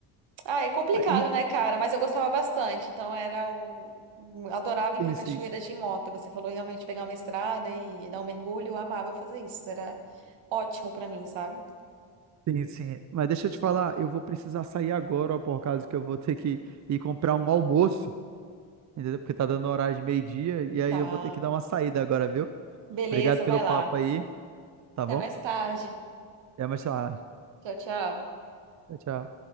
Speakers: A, on the right; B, on the right.
A: Ah, é complicado,
B: Ah, en-
A: né, cara? Mas eu gostava bastante. Então era um... um- Adorava ir
B: Sim,
A: pra cachoeira
B: sim.
A: de moto. E Você falou realmente pegar uma estrada e dar um mergulho. Eu amava fazer isso. Era ótimo pra mim, sabe?
B: Sim, sim. Mas deixa eu te falar, eu vou precisar sair agora, ó, por causa que eu vou ter que ir comprar um almoço, entendeu? Porque tá dando horário de meio-dia, e aí
A: Tá.
B: eu vou ter que dar uma saída agora, viu?
A: Beleza,
B: Obrigado pelo
A: vai
B: papo
A: lá.
B: aí, tá
A: Até
B: bom?
A: mais tarde.
B: Até mais tarde.
A: Tchau, tchau.
B: Tchau, tchau.